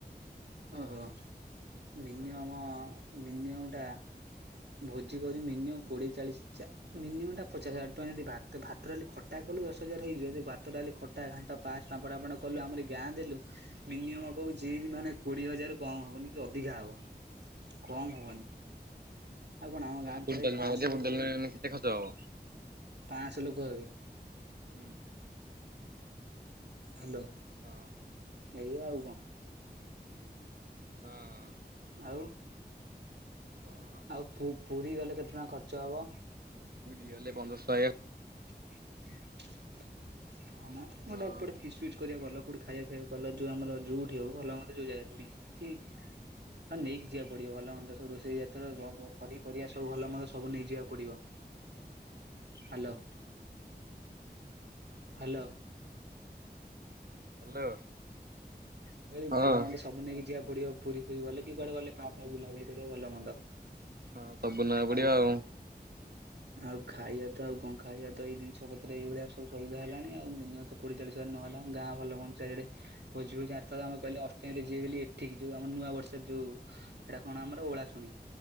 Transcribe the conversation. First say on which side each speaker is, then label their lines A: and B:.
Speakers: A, on the right; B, on the right.
A: ଓହୋ
B: ହଁ
A: ମିନିମମ ମିନିମଟା ଭୋଜି କରି ମିନିମମ୍ କୋଡ଼ିଏ ଚାଳିଶି ଚା ମିନିମମ୍ ଟା ପଚଶ ହଜାର ଟଙ୍କା ଯଦି ଭାତ ଭାତ ଡାଲି ଖଟା କଲୁ ଦଶ ହଜାର ହେଇ ଯଦି ଭାତ ଡାଲି ଖ ଟା ଘାଣ୍ଟ ପାୟସ ପାମ୍ପଡ଼ ଫାପଡ କଲୁ ଆମରି ଗାଁ ଦେଲୁ ମିନିମମ୍ କହୁଚି ମାନେ କୋଡିଏ ହଜାରରୁ କମ ହବନି କି ଅଧିକା ହବ କମ
B: ହଁ
A: ହବନି। ଆଉ କଣ
B: ହଁ
A: ଆମ
B: ତମେ
A: ଗାଁରେ
B: ପୁରୀ
A: ତ ଭ
B: ଡାଲମା
A: ପାଆସ
B: କରିଛ ପୁରୀ
A: ଲୋକ
B: ଡାଲମା
A: ହେବେନି
B: କେତେ ଖର୍ଚ୍ଚ ହବ?
A: ପାଆସ ଲୋକ ହେବେ।
B: ହୁଁ।
A: ହ୍ୟାଲୋ।
B: ହଁ।
A: ଏଇ ଆଉ କଣ।
B: ହଁ।
A: ଆଉ।
B: କଣ
A: ଆଉ ପୁ ପୁରୀ ଗଲେ କେତେ ଟଙ୍କା ଖର୍ଚ୍ଚ ହବ।
B: ପୁରି ଗଲେ ପନ୍ଦରଶହ
A: <unintelligible> ହଁ
B: ଟଙ୍କା
A: ଗୋଟେ ଗୋଟେ ଫିଷ୍ଟ ଫିଷ୍ଟ କରିବାକୁ ଗଲ କଉଠି ଖାଇବା ଫାଇବାକୁ କଲ ଯୋଉ ଆମର ଯଉଠି ହଉ ଭଲ ମନ୍ଦ ଯୋଉ ଜାଗାରେ ବି କି ହ ନେଇକି ଯିବାକୁ ପଡିବ ଭଲ ହୁନ୍ତା ସବୁ ରୋଷେଇ ଏଥରକ ପ ପନିପରିବା ସବୁ ଭଲ ମନ୍ଦ ସବୁ ନେଇଯିବାକୁ ପଡ଼ିବ ହ୍ୟାଲୋ। ହ୍ୟାଲୋ।
B: ହ୍ୟାଲୋ।
A: ମୁଁ କହିଲି
B: ହଁ
A: ଭଲ
B: ହଁ
A: ମନ୍ଦ ସବୁ ନେଇକି ଯିବା ପଡିବ ପୁରୀ ଫୁରୀ ଗଲେ କି କୁଆଡେ ଗଲେ ପାର୍କ ବୁଲାବୁଲି କରିବା ଭଲ ମନ୍ଦ
B: ହଁ ସବୁ ନବାକୁ
A: ଖାଇବା
B: ପଡିବ ଆଉ।
A: ଆଉ ଖାଇବା ତ ଆଉ କଣ ଖାଇବା ତ ଏଇ ଜିନିଷ ପତ୍ର ଏଇଭଳିଆ ସବୁ ସୂଉଦା ହେଲାଣି ଆଉ ନିହାତୀ କୋଡ଼ିଏ ଚାଳିଶି ହଜାର ନହେଲେ ଗାଁ ଭଲ ହୁଅ ଚାରିଆଡ଼େ ଭୋଜି ଫୋଜି ଆ ରଥର ଆମେ କହିଲେ ଅଷ୍ଟମୀରେ ଯିବି ବୋଲି ଏଠିକି ଯୋଉ ଆମ ନୂଆ ବର୍ଷରେ ଯୋଉ ହେଟା କଣ ଆମର ଓଳା ଶୁଣି।